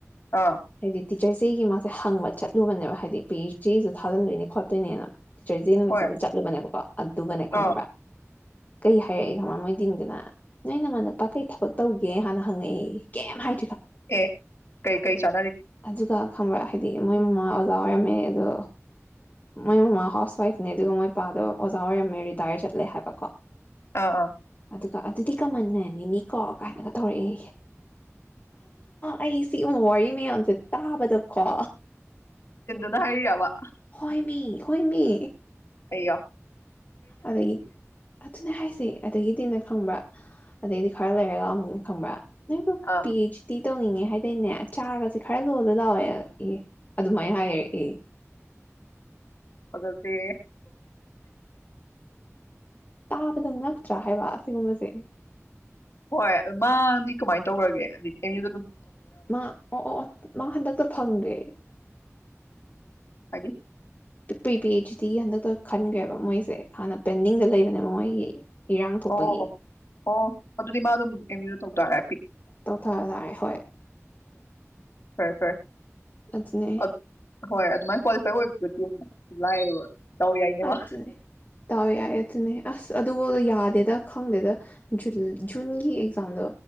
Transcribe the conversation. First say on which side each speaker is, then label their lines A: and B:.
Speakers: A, on the left; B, on the left.
A: ꯑꯥ
B: ꯍꯥꯏꯗꯤ ꯇꯤꯆꯣꯏꯁꯦ ꯑꯩꯒꯤ ꯃꯥꯁꯦ ꯍꯪꯕ ꯆꯠꯂꯦ ꯂꯨꯕꯅꯦꯕ ꯍꯥꯏꯗꯤ ꯄꯦ ꯆꯦꯁꯨ ꯊꯥꯖꯤꯟꯗꯣꯏꯅꯦ ꯈꯣꯠꯇꯣꯏꯅꯦꯅ ꯇꯤꯆꯔꯁꯦ ꯅꯨꯃꯤꯠꯁꯤꯗ
A: ꯍꯣꯏ
B: ꯆꯠꯂꯨꯕꯅꯦꯕꯀꯣ ꯑꯗꯨꯒꯅꯦ ꯈꯪꯕ꯭ꯔ
A: ꯑꯥ
B: ꯀꯩ ꯍꯥꯏꯔꯛꯏꯦ ꯈꯃꯥꯡ ꯃꯣꯏꯗꯤꯟꯗꯨꯅ ꯅꯣꯏ ꯅꯃꯥꯟꯄꯥ ꯀꯩ ꯊꯕꯛ ꯇꯧꯒꯦ ꯍꯥꯟꯅ ꯍꯪꯉꯛꯏ ꯀꯩꯝ ꯍꯥꯏ
A: ꯑꯦ ꯀꯩ ꯀꯩ ꯆ
B: ꯑꯗꯨꯒ ꯈꯪꯕ꯭ꯔꯥ ꯍꯥꯏꯗꯤ ꯃꯣꯏ ꯃꯃꯥ ꯑꯣꯖꯥ ꯑꯣꯏꯔꯝꯃꯦ ꯑꯗꯣ ꯃꯣꯏ ꯃꯃꯥ ꯍꯥꯎꯁ ꯋꯥꯏꯐꯅꯦ ꯑꯗꯨꯒ ꯃꯣꯏ ꯄꯄꯥꯗꯣ ꯑꯣꯖꯥ ꯑꯣꯏꯔꯝꯃꯦ ꯔꯤꯇꯥꯌꯔ ꯆꯠꯂꯦ ꯍꯥꯏꯕꯀꯣ
A: ꯑꯥ ꯑꯥ
B: ꯑꯗꯨꯒ ꯑꯗꯨꯗꯤ ꯀꯃꯟ ꯃꯦꯟꯅꯤꯅꯤꯀꯣ ꯀꯥꯏꯅꯒ ꯇꯧꯔꯛꯑꯦ ꯑꯩ ꯁꯤ ꯋꯥꯔꯤ ꯇꯥꯕꯗ ꯀꯣ
A: ꯅ ꯍꯥꯏꯋꯥ
B: ꯍꯣꯏꯃꯤ ꯍꯣꯏꯃꯤ
A: ꯀꯣ
B: ꯑꯗꯒꯤ ꯑꯗꯨꯅ ꯍꯥꯏ ꯁꯤ ꯑꯗꯨꯒꯤꯗꯤꯝꯅ ꯈꯪꯕ꯭ꯔꯥ ꯑꯗꯩꯗꯤ ꯈꯔ ꯂꯩꯔꯒ ꯑꯃꯨꯛꯅ ꯈꯪꯕ꯭ꯔꯥ ꯅ
A: ꯑꯥ
B: ꯄꯦꯆꯗꯤ ꯇꯧꯅꯤꯡꯉꯦ ꯍꯥꯏꯇꯣꯏꯅꯦ ꯆꯥꯔꯒꯁꯦ ꯈꯔ ꯂꯣꯜꯂ ꯂꯥꯎꯋꯦ ꯑꯦ ꯑꯗꯨꯃꯥꯏꯅ ꯍꯥꯏꯔꯦ ꯑꯦ
A: ꯐꯖꯗꯦ꯫
B: ꯇꯥꯕꯗ ꯉꯛꯇ꯭ꯔꯥ ꯍꯥꯏꯕ ꯑꯁꯤꯒꯨꯝꯕꯁꯦ꯫
A: ꯍꯣꯏ ꯑꯗꯨ ꯃꯥꯗꯤ ꯀꯃꯥꯏꯅ ꯇꯧꯈ꯭ꯔꯒꯦ ꯍꯥꯏꯗꯤ ꯑꯦꯝ ꯌꯨꯗ ꯑꯗꯨꯝ
B: ꯃꯥ ꯑꯣ-ꯑꯣ ꯃꯥ ꯍꯟꯗꯛꯇ ꯐꯪꯗ꯭ꯔꯦ꯫
A: ꯍꯥꯏꯗꯤ꯫
B: ꯄ꯭ꯔꯤ ꯄꯤ ꯑꯩꯆ ꯗꯤ ꯍꯟꯗꯛꯇ ꯈꯟꯈ꯭ꯔꯦꯕ ꯃꯣꯏꯁꯦ ꯍꯥꯟꯅ ꯄꯦꯟꯗꯤꯡꯗ ꯂꯩꯕꯅꯦꯕ ꯃꯣꯏꯒꯤ꯫ ꯏꯔꯥꯡ ꯊꯣꯛꯄꯒꯤ
A: ꯑꯣ-ꯑꯣ ꯑꫭ ꯑꯗꯨꯗꯤ ꯃꯥ ꯑꯗꯨꯝ ꯑꯦꯝ ꯌꯨ ꯇꯧꯇꯥꯔꯦ
B: ꯇꯧꯊꯔ ꯇꯥꯔꯦ ꯍꯣꯏ꯫
A: ꯐꯔꯦ-ꯐꯔꯦ꯫
B: ꯑꯗꯨꯅꯦ
A: ꯑ ꯍꯣꯏ ꯑꯗꯨꯃꯥꯏꯅ ꯀ꯭ꯋꯥꯂꯤꯐꯥꯏ ꯑꯣꯏ <inaudible> ꯂꯥꯏꯌꯦꯕ ꯗꯥꯎ ꯌꯥꯏꯅꯦ
B: ꯑꯗꯨꯅꯦ
A: ꯃꯥ꯫
B: ꯗꯥꯎ ꯌꯥꯏ ꯑꯗꯨꯅꯦ ꯑꯁ ꯑꯗꯨꯕꯧꯗ ꯌꯥꯗꯦꯗ ꯈꯪꯗꯦꯗ ꯖꯨꯜ ꯖꯨꯟꯒꯤ ꯑꯦꯛꯖꯥꯝꯗꯣ